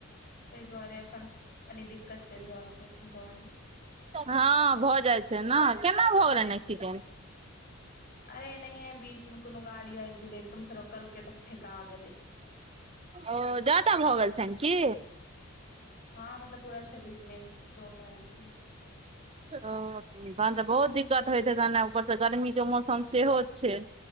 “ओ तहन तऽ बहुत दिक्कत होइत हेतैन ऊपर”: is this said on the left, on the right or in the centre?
Right